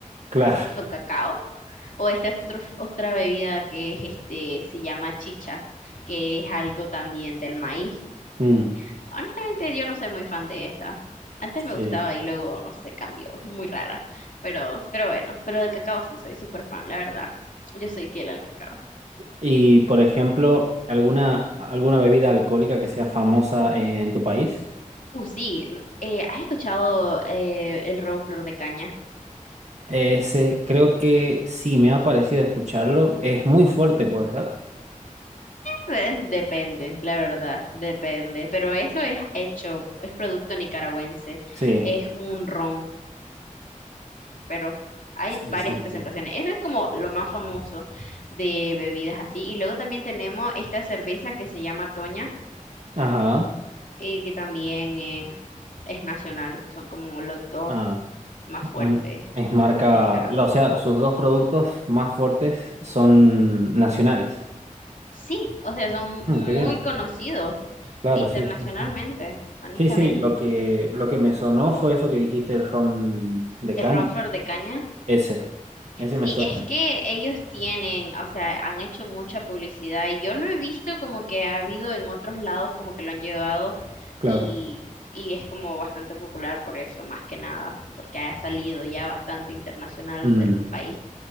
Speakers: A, on the right; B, on the left.
A: Claro.
B: ¿Con cacao? O esta es otra otra bebida que es este, se llama chicha, que es algo también del maíz.
A: Mm,
B: Honestamente, yo no soy muy fan de esa. Antes me
A: sí.
B: gustaba y luego, no sé, cambió. Es muy rara. Pero, pero bueno, pero del cacao sí soy súper fan, la verdad. Yo soy fiel al cacao.
A: Y, por ejemplo, ¿alguna, alguna bebida alcohólica que sea famosa en tu país?
B: Uh, sí. n- eh, ¿has escuchado eh, el ron flor de caña?
A: Ese, creo que sí, me ha parecido escucharlo. Es muy fuerte, pues, ¿verdad?
B: Eh, Depende, la verdad, depende. Pero eso es hecho, es producto nicaragüense.
A: Sí.
B: Es un ron, pero hay
A: Sí,
B: varias
A: sí,
B: presentaciones.
A: sí.
B: Eso es como lo más famoso de bebidas así. Y luego también tenemos esta cerveza que se llama Toña
A: Ajá.
B: y que también eh, es nacional, son como los dos
A: Ah,
B: más fuertes
A: em, es marca,
B: de Nicaragua.
A: la- o sea, sus dos productos más fuertes son nacionales.
B: Sí, o sea, son
A: Mm,
B: muy
A: qué bien.
B: conocidos
A: Claro,
B: internacionalmente,
A: sí, sí, sí.
B: honestamente.
A: Sí, sí, lo que, lo que me sonó fue eso que dijiste, el ron de
B: El
A: caña.
B: ron flor de caña,
A: Ese, ese
B: sí,
A: me suena.
B: es que ellos tienen, o sea, han hecho mucha publicidad y yo lo he visto como que ha habido en otros lados como que lo han llevado
A: Claro.
B: y, y es como bastante popular por eso, más que nada, porque ha salido ya bastante internacional
A: Mm,
B: del país.